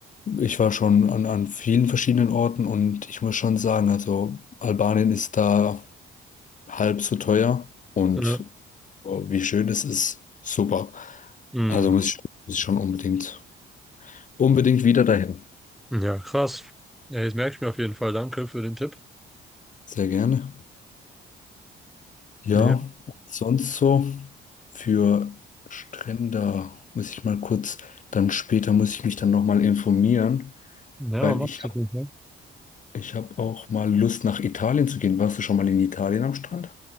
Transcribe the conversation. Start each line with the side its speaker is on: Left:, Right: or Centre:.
Left: Ich war schon an, an vielen verschiedenen Orten und ich muss schon sagen, also Albanien ist da halb so teuer und
Centre: Ja.
Left: oh, wie schön es ist, super.
Centre: Mhm.
Left: Also muss ich, muss ich schon unbedingt, unbedingt wieder dahin.
Centre: Ja, krass. Ja, jetzt merke ich mir auf jeden Fall. Danke für den Tipp.
Left: Sehr gerne. Ja,
Centre: Ja,
Left: sonst so für Strände muss ich mal kurz, dann später muss ich mich dann nochmal informieren,
Centre: ja,
Left: weil
Centre: mach's.
Left: ich, hab-
Centre: auf jeden Fall.
Left: ich habe auch mal Lust nach Italien zu gehen. Warst du schon mal in Italien am Strand?